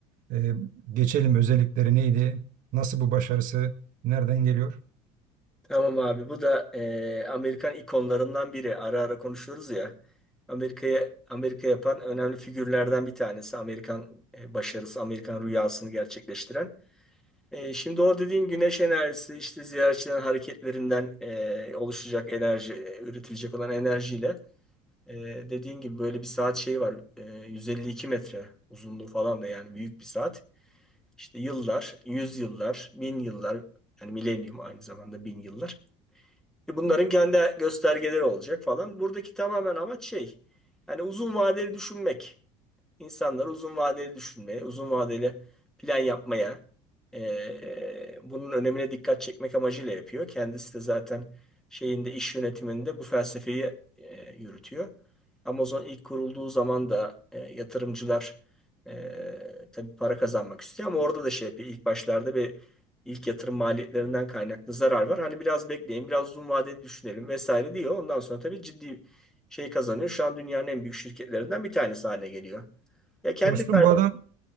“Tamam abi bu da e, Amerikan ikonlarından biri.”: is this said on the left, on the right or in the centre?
Centre